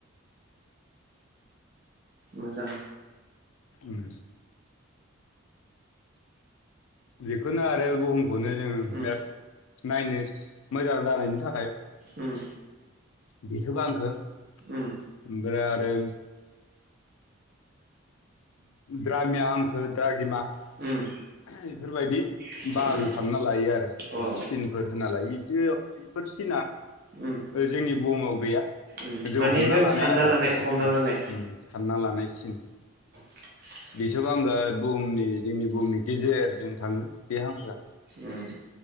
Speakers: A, on the right (about 45°); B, on the left (about 80°).
A: मोजां
B: उम बेखौनो आरो बुहुमखौनो जोङो
A: उम
B: मेप नायनो मोजां जानायनि थाखाय
A: उम।
B: बिसोब हांखो ओमफ्राय
A: उम
B: आरो द्रामिया हंखो द्राघिमा
A: उम
B: बेफोरबायदि
A: उम
B: बाहागो
A: उम
B: खालामना लायो आरो
A: अ
B: जों सिनफोर होना लायो। बेफोर सिना
A: उम
B: जोंनि ओ बुहुमाव गैया।
A: उम
B: जों
A: माने
B: हमना लानाय
A: सानना
B: आरो बिसोर
A: हमना
B: सिना
A: लानाय
B: उम सानना लानायसिन।
A: <inaudible>
B: बिसुब हांखोआ बुहुमनि जोंनि बुहुमनि गेजेरजों थाङो बे हांखोआ।
A: उम